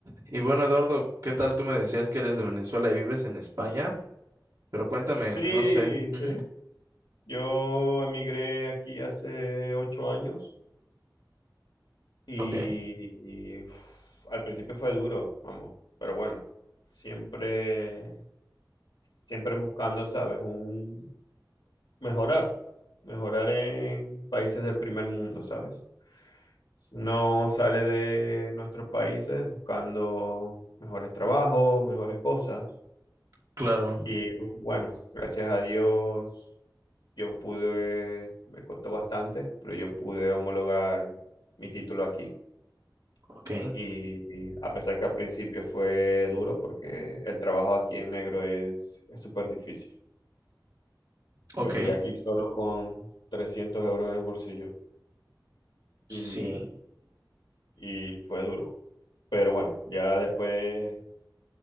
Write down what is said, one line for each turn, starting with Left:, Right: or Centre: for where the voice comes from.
Right: Y bueno, Eduardo, ¿qué tal? Tú me decías que eres de Venezuela y vives en España, pero cuéntame,
Left: Sí,
Right: no sé. Ujú,
Left: sí. Yo emigré aquí hace ocho años y,
Right: Ok,
Left: y, uf, al principio fue duro, vamos, pero bueno, siempre, siempre buscando, ¿sabes? Un mejorar, mejorar en países del primer mundo, ¿sabes? No sale de nuestros países buscando mejores trabajos, mejores cosas
Right: claro,
Left: y bueno, gracias a Dios. Yo pude, me costó bastante, pero yo pude homologar mi título aquí.
Right: ok,
Left: Y, y a pesar que al principio fue duro, porque el trabajo aquí en negro es es súper difícil.
Right: ok,
Left: Yo llegué aquí solo con 300 euros en el bolsillo
Right: sí,
Left: y, y fue duro. Pero bueno, ya después,